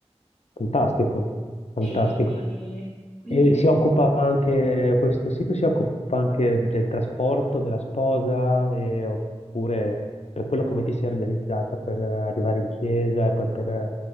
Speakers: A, on the left (about 70°); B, in the centre.
A: Fantastico, fantastico.
B: E, e quindi
A: E si occupa anche, questo sito si occupa anche del trasporto della sposa, e- oppure per quello come ti sei organizzata per arrivare in chiesa e poi per,